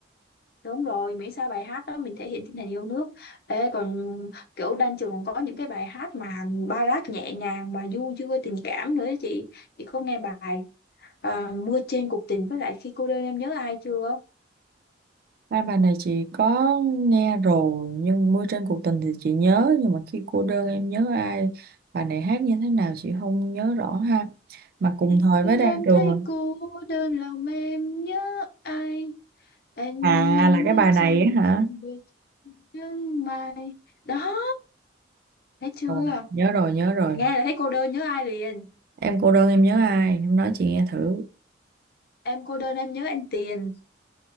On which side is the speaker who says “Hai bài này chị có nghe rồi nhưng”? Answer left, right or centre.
Right